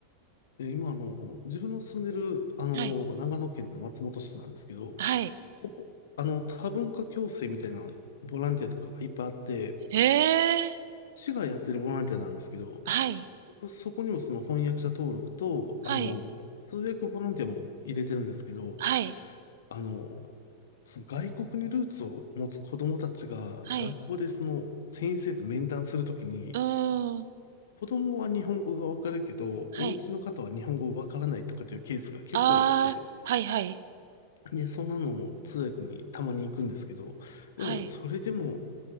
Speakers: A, on the left; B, on the right.
A: え今、あの、自分の住んでる、あの、
B: はい。
A: 長野県の松本市なんですけど、
B: はい。
A: ここ、あの、多文化共生みたいなボランティアとかがいっぱいあって、
B: へえ。
A: 市がやってるボランティアなんですけど、
B: はい。
A: 僕そこにもその翻訳者登録と、
B: はい。
A: あの、通訳ボランティアも入れてるんですけど、
B: はい。
A: あの、その外国にルーツを持つ子供たちが学校でその先生と面談するときに、
B: はい。うーん。
A: 子供は日本語がわかるけど、
B: はい。
A: お家の方は日本語わからないとかっていうケースが結構あって、
B: ああ。はい。はい。
A: で、そんなのも通訳にたまに行くんですけど、でもそれでも、
B: はい。